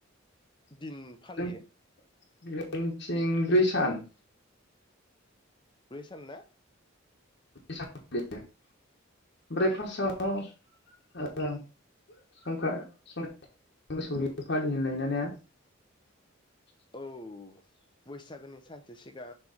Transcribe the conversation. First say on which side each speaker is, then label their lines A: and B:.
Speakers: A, on the left; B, on the left.
A: <unintelligible>
B: दिन फालियो
A: सान
B: ब्रै सान ना
A: <unintelligible> ओमफ्राय फार्स्टआव ओ संक्रान मोसौै फालि <unintelligible>
B: औ बैसागोनि सानसे सिगां